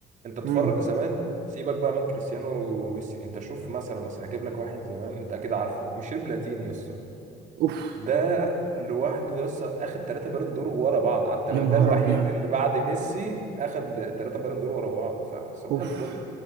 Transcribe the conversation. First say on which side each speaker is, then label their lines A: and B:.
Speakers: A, on the right; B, on the right.
A: أنت اتفرج
B: امم
A: زمان سيبك بقى من كريستيانو وميسي انت شوف مثلا بس هجيب لك واحد زمان انت اكيد عارفه ميشيل بلاتيني يس
B: اوف
A: ده لوحده يس اخد ثلاثة بالون دور ورا بعض على التوالي
B: يا نهار
A: ده الوحيد
B: ابيض
A: اللي بعد ميسي اخد ثلاثة بالون دور ورا بعض فصباح
B: اوف
A: الفل